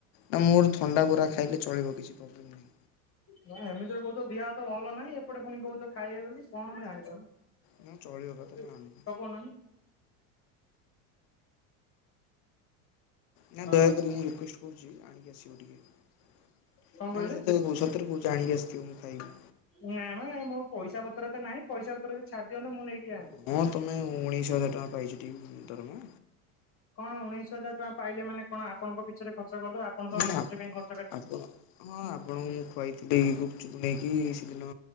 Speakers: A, on the left; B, on the left.
A: ନା ମୋର ଥଣ୍ଡା ବରା ଖାଇଲେ ଚଳିବ କିଛି ପୋବ୍ଲେମ୍ ନାହିଁ।
B: ନା ଏମିତିରେ କହୁଚ ଦିହ ହାତ ଭଲ ନାହିଁ ଏପଟେ ଫୁଣି କହୁଚ ଖାଇବ ବୋଲି କଣ ମୁ ଜାଣିପାରୁନି।
A: ନା ଚଳିବ ବା ତମେ ଆଣିବ।
B: ତାକୁ ଅନାନି।
A: ନା ଦୟାକରି
B: ଆଁ
A: ମୁଁ ରିକ୍ୱେଷ୍ଟ କରୁଚି ଆଣିକି ଆସିବ ଟିକେ। ନା
B: କଣ କହିଲେ?
A: ମୁଁ ସତରେ କହୁଚି ସତରେ କହୁଚି ଆଣିକି ଆସିଥିବ ମୁଁ ଖାଇବି।
B: ନାଁ ମ ଏ ମୋ ପଇସା ପତ୍ର ତ ନାହିଁ ପଇସା ପତ୍ରରେ ଛାଡି ଦିଅନ୍ତୁ ମୁଁ ନେଇକି ଯାଆନ୍ତି।
A: ହଁ ତମେ ଉଣେଇଶ ହଜାର ଟଙ୍କା ପାଇଚ ଟି ଦରମା?
B: କଣ ଉଣେଇଶ ହଜାର ଟଙ୍କା ପାଇଲେ ମାନେ କଣ ଆପଣଙ୍କ ପିଛାରେ ଖ ଆପଣ ତ
A: ନାଇଁ
B: ଆମ ପିଛାରେ କାଇଁ ଖ
A: ଆପଣ ହଁ ଆପଣଙ୍କୁ ମୁଁ ଖୁଆଇଥିଲି ଗୁପଚୁପ ନେଇକି ସେଦିନ।